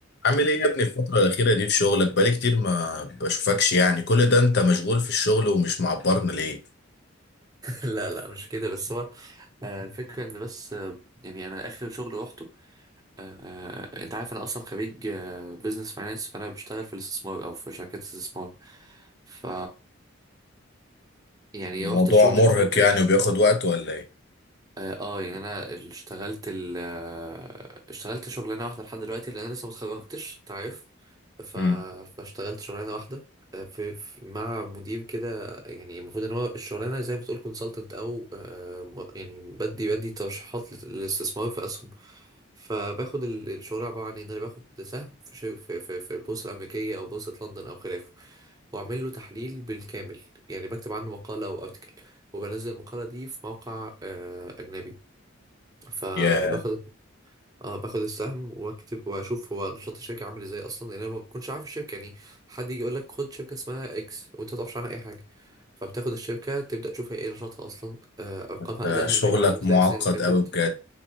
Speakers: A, on the left (about 55°); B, on the right (about 20°).
A: عامل ايه يا ابني الفترة الأخيرة دي في شغلك بقالي كتير ما بشوفكش يعني كل ده انت مشغول في الشغل ومش معبرنا ليه
B: لا لا مش كده بس هو آه، الفكرة ان بس آه، يعني انا اخر شغل روحته آه، انت عارف انا اصلا خريج بزنس فاينانس فانا بشتغل في الاستثمار او في شركات استثمار ف يعني
A: الموضوع
B: رحت الشغل
A: مرهق
B: اللي فات ده
A: يعني وبياخد وقت ولا ايه
B: اه آه، يعني انا اشتغلت ال آه، اشتغلت شغلانه واحده لحد دلوقتي لان انا لسه ما اتخرجتش انت عارف ف...
A: مم.
B: فاشتغلت شغلانه واحده آه، في... في مع مدير كده يعني المفروض ان هو الشغلانه زي ما تقول كونسلتنت او آه، م- يعني بدي بدي ترشيحات لل- للاستثمار في اسهم فباخد ال- الشغل عباره عن ان انا باخد سهم في شر... في في في البورصه الامريكيه او بورصه لندن او خلافه واعمل له تحليل بالكامل يعني بكتب عنه مقاله او ارتكل وبنزل المقالة دي في موقع آه، أجنبي فباخد
A: يا
B: اه باخد السهم واكتب واشوف هو نشاط الشركه عامل ازاي اصلا لان انا ما بكونش عارف الشركه يعني حد يجي يقول لك خد شركه اسمها اكس وانت ما تعرفش عنها اي حاجه فبتاخد الشركه تبدا تشوف هي ايه نشاطها اصلا آه، ارقامها
A: ده
B: ادائها
A: شغلك
B: المالي عامل ازاي
A: معقد
B: السنه اللي فاتت
A: قوي بجد